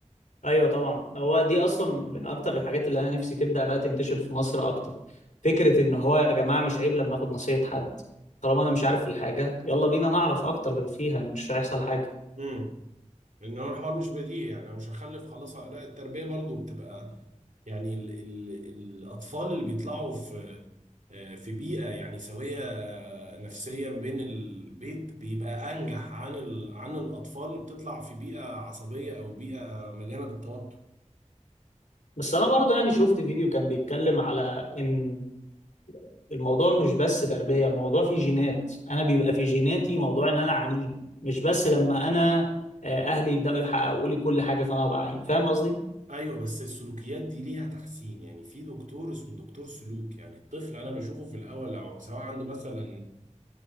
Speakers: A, on the left; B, on the right.
A: ايوه طبعا هو دي اصلا من اكتر الحاجات اللي انا نفسي تبدا بقى تنتشر في مصر اكتر فكره ان هو يا جماعه مش عيب لما اخد نصيحه حد طالما انا مش عارف الحاجه يلا بينا نعرف اكتر فيها مش هيحصل حاجه
B: امم لان هو الحوار مش بديهي يعني انا مش هخلف خلاص لا التربيه برضو بتبقى يعني ال ال الاطفال اللي بيطلعوا في آه، في بيئه يعني سويه آه، نفسيا بين البيت بيبقى انجح عن ال عن الاطفال اللي بتطلع في بيئه عصبيه او بيئه مليانه بالتوتر
A: بس انا برضو يعني شفت فيديو كان بيتكلم على ان الموضوع مش بس تربية الموضوع فيه جينات أنا بيبقى في جيناتي موضوع إن أنا عنيد مش بس لما أنا آه، أهلي يبدأوا يحققوا لي كل حاجة فأنا هبقى عنيد فاهم قصدي؟
B: ايوه بس السلوكيات دي ليها تحسين يعني في دكتور اسمه دكتور سلوك يعني الطفل انا بشوفه في الاول لو سواء عنده مثلا